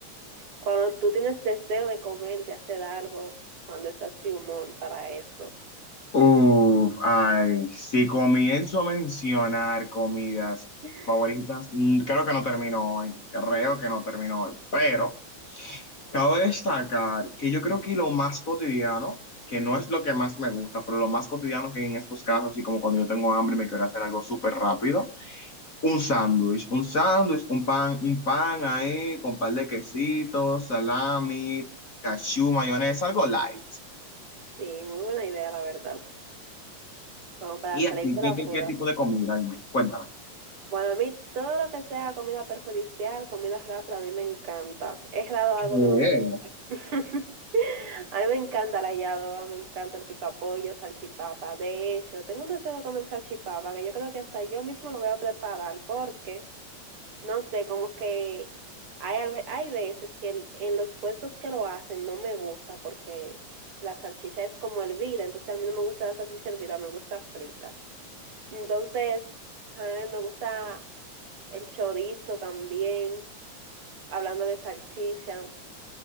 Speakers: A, on the right (about 50°); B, on the left (about 35°).
A: cuando tú tienes deseo de comer, de hacer algo, cuando estás de humor para eso.
B: Uf, ay, si comienzo a mencionar comidas
A: <laughs>
B: favoritas, mm, creo que no termino hoy, creo que no termino hoy, pero... Cabe destacar que yo creo que lo más cotidiano, que no es lo que más me gusta, pero lo más cotidiano que en estos casos, así como cuando yo tengo hambre y me quiero hacer algo súper rápido, un sándwich, un sándwich, un pan, un pan ahí con un par de quesitos, salami, cachú, mayonesa, algo light.
A: Sí, muy buena idea, la verdad. Como para
B: ¿Y a
A: salir
B: ti
A: de
B: qué,
A: la poda.
B: qué, qué tipo de comida? Dime, cuéntame.
A: Bueno, a mí todo lo que sea comida perjudicial, comida rápida, a mí me encanta. Es raro
B: ¿Qué?
A: algo que no me gusta. <laughs> A mí me encanta la yadoba, me encanta el picapollo, salchipapa. De hecho, tengo un deseo de comer salchipapa que yo creo que hasta yo mismo lo voy a preparar porque, no sé, como que hay, alve- hay veces que el- en los puestos que lo hacen no me gusta porque la salchicha es como hervida, entonces a mí no me gusta la salchicha hervida, me gusta frita. Entonces, a mí me gusta el chorizo también, hablando de salchicha,